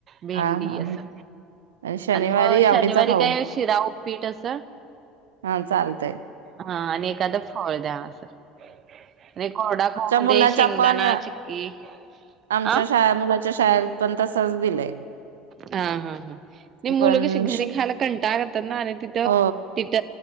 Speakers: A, on the right; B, on the right.
A: भेंडी
B: हा हा
A: असं
B: शनिवारी
A: आणि मग
B: आवडीचा
A: शनिवारी
B: खाऊ
A: काय शिरा, ऊपीठ असं.
B: हा चालतय
A: हा आणि एखादं फळ द्या असं. आणि कोरडा खाऊ
B: आमच्या मुलाच्या
A: मध्ये शेंगदाणा
B: पण
A: चिक्की
B: आमच्या
A: हा!
B: शाळा मुलाच्या शाळेत पण तसच दिलंय
A: हा हा ह नाही मुल
B: पण
A: कशी घरी
B: श
A: खायला कंटाळा करतात ना आणि तिथं
B: हो
A: तिट